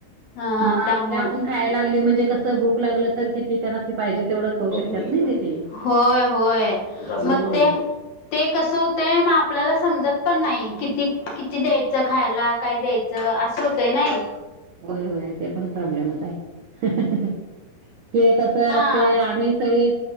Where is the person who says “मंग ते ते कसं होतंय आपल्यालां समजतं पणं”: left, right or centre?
Left